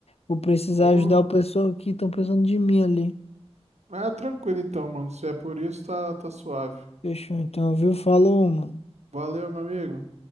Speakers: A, on the left; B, on the right.
A: Vou precisar
B: Ô,
A: ajudar o pessoal que estão precisando de mim ali.
B: ah, tranquilo então, mano. Se é por isso, tá, tá suave.
A: Fechou, então, viu? Falou, mano.
B: Valeu, meu amigo.